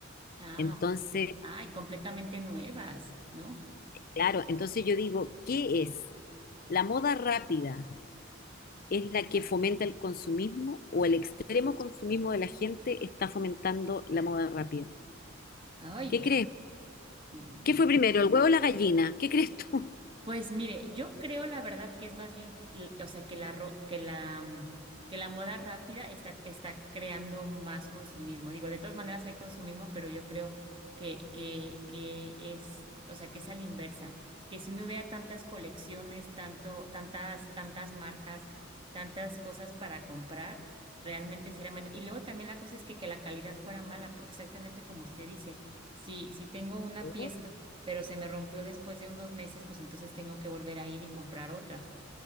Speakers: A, on the right; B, on the left.
A: Ah,
B: Entonces,
A: ok. Ay, completamente nuevas, ¿no?
B: claro, entonces yo digo, ¿qué es? La moda rápida es la que fomenta el consumismo o
A: Sí.
B: el extremo consumismo de la gente está fomentando la moda rápida.
A: Ay,
B: ¿Qué
A: yo
B: crees?
A: Mm,
B: ¿Qué fue primero, el huevo o la gallina? ¿Qué crees tú?
A: Pues mire, yo creo la verdad que es más bien, l- o sea, que la, ro- que la, mm, que la moda rápida está, está creando más consumismo. Digo, de todas maneras hay consumismo, pero yo creo que, que, que es, o sea, que es a la inversa. Que si no hubiera tantas colecciones, tanto, tantas, tantas marcas, tantas cosas para comprar, realmente sería menos. Y luego también la cosa es que, que la calidad fuera mala, porque exactamente como usted dice, si, si tengo una
B: Oh,
A: pieza pero se me rompió después de unos meses, pues entonces tengo que volver a ir y comprar otra.